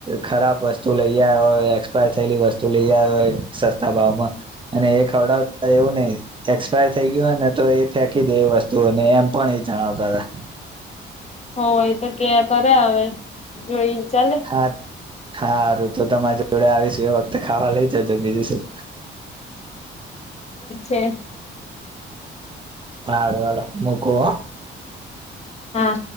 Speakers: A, on the right (about 25°); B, on the left (about 35°).
A: ખરાબ વસ્તુ લઈ આવ્યા હોય એક્સપાયર થયેલી વસ્તુઓ વસ્તુ લઈ આવ્યા હોય સસ્તા ભાવમાં અને એ ખવડાવતા એવું નહીં. એક્સપાયર થઈ ગયું હોય ને તો એ ફેંકી દે એ વસ્તુને એમ પણ એ જણાવતા હતા.
B: હો એય તો કે કરે હવે જોઈ ચાલે.
A: હા હારું તો તમારી જોડે આવીશું એ વખતે ખાવા લઈ જજો બીજું શું
B: ઠીક છે.
A: હા હારૂ હાલો મૂકો હો.
B: હા